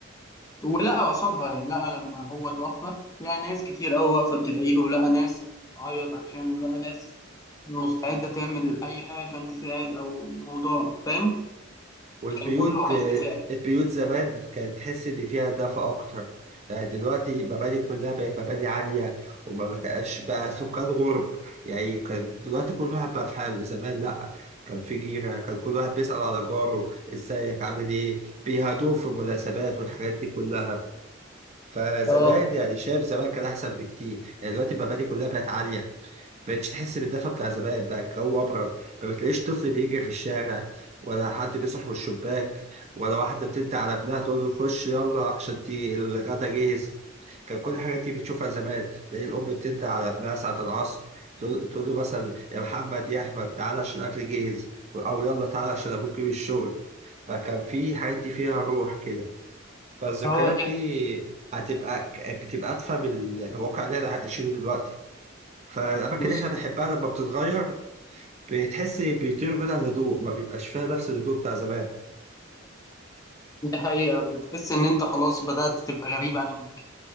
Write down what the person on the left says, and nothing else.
ولقى قصادها يعني لقى لما هو اتوفى لقى ناس كتير قوي واقفة بتدعي له لقى ناس تعيط عشانه لقى ناس مستعدة تعمل أي حاجة عشان تساعد أو الموضوع فاهم
كان كله
عايز يساعد
اه
اه دي
بص
دي حقيقة بتحس إن أنت خلاص بدأت تبقى غريب عن المكان